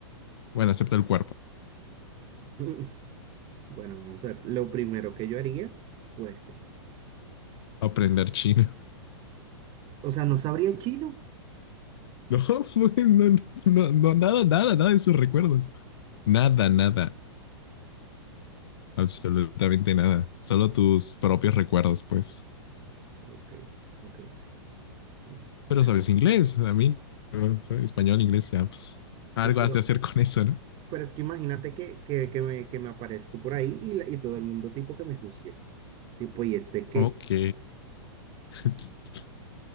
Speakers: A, on the left (about 60°); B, on the right (about 35°).
A: bueno, acepta el cuerpo,
B: Mm, Bueno, vamos a ver. Lo primero que yo haría fuese,
A: aprender chino.
B: o sea, no sabría chino.
A: <laughs> No, pues, no, no, no, nada, nada, nada de sus recuerdos. Nada, nada, absolutamente nada. Solo tus propios recuerdos, pues.
B: Ok, ok, ok. Mm, Vean.
A: Pero sabes inglés, a mí, no, ¿sabes? español, inglés, ya, pues,
B: Sí,
A: algo
B: pero
A: has de hacer con eso, ¿no?
B: Pero es que imagínate que, que, que me, que me aparezco por ahí y, la- y todo el mundo tipo que me juzgue. Tipo, ¿y este qué?
A: Ok. <laughs>